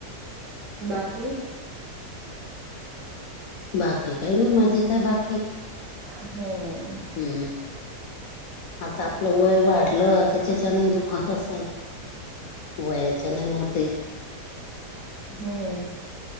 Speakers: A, on the right; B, on the left.
A: बाकी
B: बाकी काही नाही मजेत आहे बाकी
A: हम्म
B: ह आता आपलं वय वाढलं त्याच्याच्यानही दुखत असेल वयाच्या नाही होते
A: हम्म